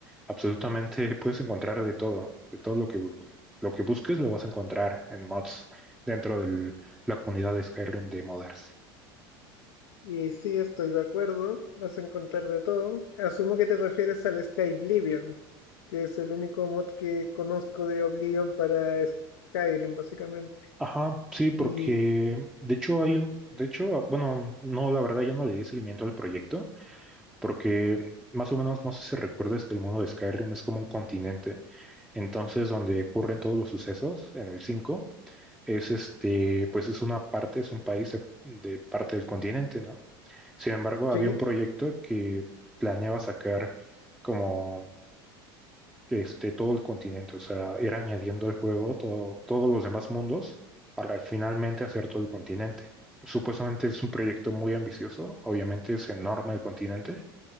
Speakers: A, in the centre; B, on the left.
A: absolutamente <laughs> puedes encontrar de todo, de todo lo que, bu- lo que busques lo vas a encontrar en mods dentro de la comunidad de Skyrim de modders.
B: Y sí, estoy de acuerdo, vas a encontrar de todo. Asumio que te refieres al Skyblivion, que es el único mod que conozco de Oblivion para Skyrim, básicamente.
A: Ajá, sí, porque
B: Y
A: de hecho hay un, de hecho, bueno, no, la verdad ya no le di seguimiento al proyecto, porque más o menos no sé si recuerdas que el mundo de Skyrim es como un continente. Entonces, donde ocurren todos los sucesos en el 5 es este, pues es una parte, es un país de de parte del continente, ¿no? Sin embargo,
B: sí,
A: había un proyecto que planeaba sacar como este todo el continente, o sea, ir añadiendo al juego todo- todos los demás mundos para finalmente hacer todo el continente. Supuestamente es un proyecto muy ambicioso, obviamente es enorme el continente,